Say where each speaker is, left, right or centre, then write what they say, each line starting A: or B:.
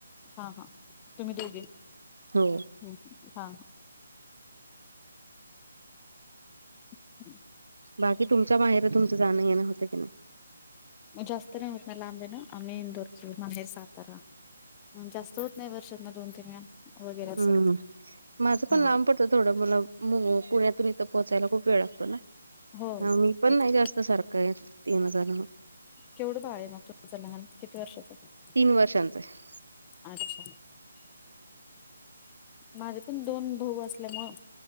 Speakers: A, on the left; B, on the right.
A: हा हा तुम्ही दोघी
B: हो
A: हू हा <inaudible>
B: बाकी तुमच्या माहेरी तुमचं जाणं येणं होतं की नाही
A: जास्त नाही होत ना लांब हाय ना आम्ही इंदोरचे माहेर सातारा मग जास्त होत नाही वर्षातन दोन-तीन वेळा वगैरे असं
B: हू
A: होत
B: माझं पण
A: हा
B: लांब पडतं थोडं मला मग पुण्यातून इथं पोहोचायला खूप वेळ लागतो ना
A: हो
B: ह मी पण
A: एक-
B: नाही जास्त सारखं येत तीनजान
A: केवढ बाळ आहे मग तुमचं लहान किती वर्षाच हाय
B: तीन वर्षांचं हाय
A: अच्छा माझे पण दोन भाऊ असल्यामुळ